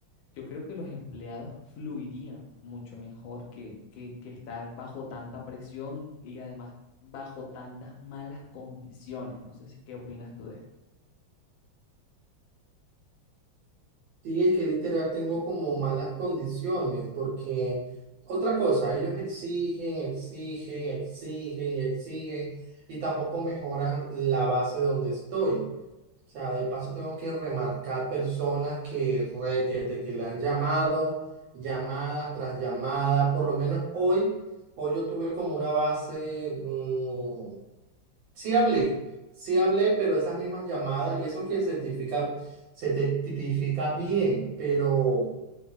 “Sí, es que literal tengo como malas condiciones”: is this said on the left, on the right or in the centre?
Right